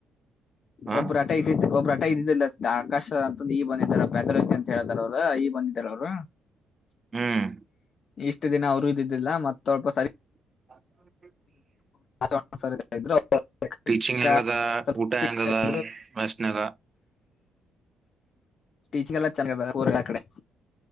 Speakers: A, on the right; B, on the left.
A: ಹಾ
B: ಒಬ್ಬ್ರಟ ಇದ್ದ ಒಬ್ಬ್ರಟ ಇದ್ದಿದ್ದಿಲ್ಲ ಅಷ್ಟ ಆಕಾಶ ಅಂತ. ಈ ಬಂದಿದಾರ ಪ್ಯಾಥಾಲಜಿ ಅಂತ ಹೇಳ್ತಾರ ಅವ್ರ ಈ ಬಂದಿದಾರ ಅವರು.
A: ಹ್ಮ್
B: ಇಷ್ಟು ದಿನ ಅವರು ಇದಿದ್ದಿಲ್ಲ ಮತ್ತೊಲ್ಪ ಸರಿ
A: ಹ
B: ಚ ಸ ಇದ್ರು <unintelligible>
A: ಟೀಚಿಂಗ್
B: ಕ್ಕ
A: ಹೆಂಗದ
B: <unintelligible>
A: ಊಟ ಹೆಂಗದ ಮೆಸ್ನಾಗ
B: ಟಿಚಿಂಗ್ ಎಲ್ಲಚ್ಚನ್ ಕದಾ ಊರಗ ಅಕಡೆ.